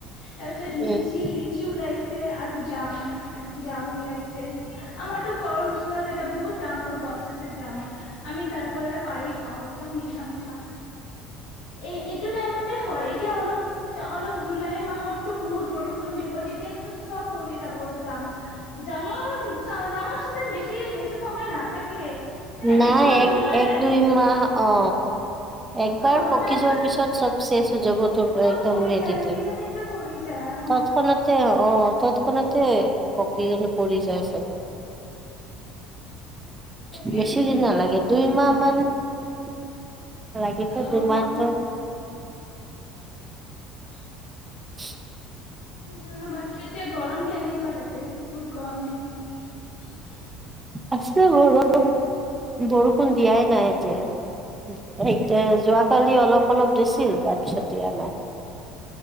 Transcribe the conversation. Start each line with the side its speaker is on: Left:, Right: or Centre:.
Left: তাৰপিছত লিচি
Right: উম
Left: লিচি ওলাইছিল চে আৰু যাম যাম ওলাইছে আমাতো ঘৰৰ ওচৰত এটা বহুত ডাঙৰ গছ জামৰ আমি তাৰ পৰাই পাৰি খাওঁ একদম মিঠা মিঠা এ এইটো টাইমতে হয় এতিয়া অলপ অলপ জুলাই মাহতটো বহুত বৰষুণ দিব তেতিয়াতো চব পৰি যাব জাম জামৰ চ জামৰ চিজন বেছি বেছি সময় নাথাকে
Right: নাই
Left: একমাহ
Right: এক
Left: দুইমাহ
Right: এক
Left: থাকে
Right: দুই মাহ অ একবাৰ
Left: অ
Right: পকি
Left: তাৰ
Right: যোৱাৰ পিছত চব চেচ হৈ যাব তোৰ
Left: চব
Right: একদম
Left: পৰি
Right: হেৰিতে
Left: যায় নিজে নিজে পৰি যায়
Right: তৎক্ষণাতে
Left: আহ
Right: অ তৎক্ষণাতে পকী পৰি যায় চব
Left: তাকেইতো
Right: বেছি দিন নালাগে দুই মাহ মান <inaudible> লাগিতে
Left: অ
Right: দুমাহ টো
Left: <inaudible>
Right: <inaudible>
Left: ধ বাকী এতিয়া গৰম কেনেকুৱা তাতে বহুত গৰম দিছে নেকি?
Right: আছো এনে ৰ'দত। বৰষুণ দিয়াই নাই এতিয়া। এতিয়া যোৱাকালি অলপ অলপ দিছিল তাৰপিছত দিয়া নাই।